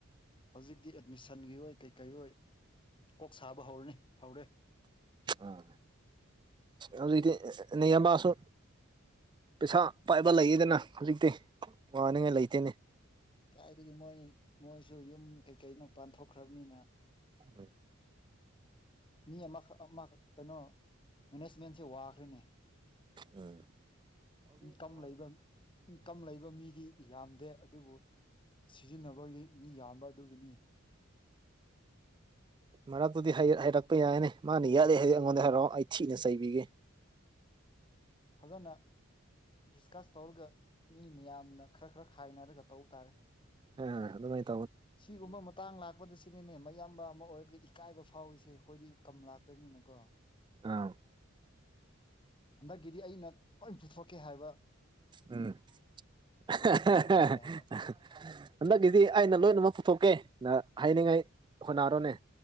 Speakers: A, on the left; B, on the right.
A: ꯍꯧꯖꯤꯛꯇꯤ ꯃꯤꯁꯟꯒꯤ ꯑꯣꯏ ꯀꯩꯀꯩ ꯑꯣꯏ ꯀꯣꯛ ꯁꯥꯕ ꯍꯧꯔꯅꯤ ꯍꯧꯔꯦ
B: ꯎꯝ ꯍꯧꯖꯤꯛꯇꯤ ꯅꯌꯥꯝꯕꯥꯁꯨ ꯄꯩꯁꯥ ꯄꯥꯏꯕ ꯂꯩꯌꯦꯗꯅ ꯍꯧꯖꯤꯛꯇꯤ ꯋꯥꯅꯤꯡꯉꯥꯏ ꯂꯩꯇꯦꯅꯦ
A: ꯀꯥꯏꯗꯒꯤ ꯃꯣꯏ ꯃꯣꯏꯁꯨ ꯌꯨꯝ ꯀꯩ ꯀꯩꯅꯣ ꯄꯥꯟꯊꯣꯛ ꯈ꯭ꯔꯕꯅꯤꯅ
B: ꯎꯝ
A: ꯃꯤ ꯑꯃꯈꯛ ꯑꯃ ꯀꯩꯅꯣ ꯃꯦꯅꯦꯖꯃꯦꯟꯁꯦ ꯋꯥꯈ꯭ꯔꯦꯅꯦ
B: ꯎꯝ
A: ꯏꯟꯀꯝ ꯂꯩꯕ ꯏꯟꯀꯝ ꯂꯩꯕ ꯃꯤꯗꯤ ꯌꯥꯝꯗꯦ ꯑꯗꯨꯕꯨ ꯁꯤꯖꯤꯟꯅꯕꯒꯤ ꯃꯤ ꯌꯥꯝꯕ ꯑꯗꯨꯒꯤꯅꯤ <inaudible>
B: ꯃꯔꯛꯇꯨꯗꯤ ꯍꯥꯏꯩꯔꯛꯄ ꯌꯥꯏꯅꯦ ꯃꯥꯅ ꯌꯥꯠꯂꯦ ꯍꯥꯏꯗꯤ ꯑꯩꯉꯣꯟꯗ ꯍꯥꯏꯔꯛꯑꯣ ꯑꯩ ꯊꯤꯅ ꯆꯩꯕꯤꯒꯦ
A: ꯐꯖꯅ ꯗꯤꯁꯀꯁ ꯇꯧꯔꯒ ꯃꯤ ꯃꯌꯥꯝꯅ ꯈꯔ ꯈꯔ ꯈꯥꯏꯅꯔꯒ ꯇꯧꯕ ꯇꯥꯔꯦ
B: ꯑ ꯑꯗꯨ
A: ꯁꯤꯒꯨꯝꯕ ꯃꯇꯥꯡ ꯂꯥꯛꯄꯗ ꯁꯤꯅꯤꯅꯦ ꯃꯌꯥꯝꯕ ꯑꯃ ꯑꯣꯏꯔꯒꯗꯤ ꯏꯀꯥꯏꯕ ꯐꯥꯎꯏꯁꯦ ꯑꯩꯈꯣꯏꯗꯤ ꯀꯝ ꯂꯥꯛꯇꯕꯅꯤꯅꯀꯣ
B: ꯑꯥ
A: ꯍꯟꯗꯛꯀꯤꯗꯤ ꯑꯩꯅ ꯂꯣꯏ ꯄꯨꯊꯣꯛꯀꯦ ꯍꯥꯏꯕ
B: ꯎꯝ ꯍꯟꯗꯛꯀꯤꯗꯤ
A: ꯁꯨꯃꯥꯏꯅ ꯍꯥꯏꯕ ꯌꯥꯕ
B: ꯑꯩꯅ ꯂꯣꯏ ꯃꯛ ꯄꯨꯊꯣꯛꯀꯦ ꯅ ꯍꯥꯏꯅꯤꯡꯉꯥꯏ ꯍꯣꯠꯅꯔꯣꯅꯦ